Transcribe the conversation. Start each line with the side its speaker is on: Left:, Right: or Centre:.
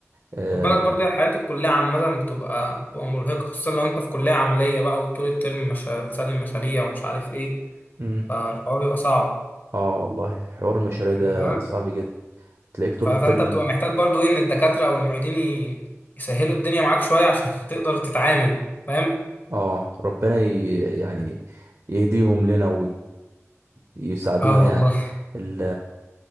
Right: اه
Left: خد بالك برضه الحياة الكلية عامة بتبقى بتبقى مرهقة خصوصا لو انت في كلية عملية بقى وطول الترم مش بتسلم مشاريع ومش عارف ايه
Right: مم.
Left: فالحوار بيبقى صعب
Right: آه، والله حوار المشاريع ده
Left: انت فاهم
Right: صعب جدا تلاقيك طول
Left: ف- فانت
Right: الترم
Left: بتبقى محتاج برضه ايه ان الدكاترة او المعيدين ي- يسهلوا الدنيا معاك شوية عشان <laughs> تقدر تتعامل فاهم
Right: اه ربنا ي... يعني يهديهم لنا ويساعدونا
Left: اه والله
Right: يعني ال...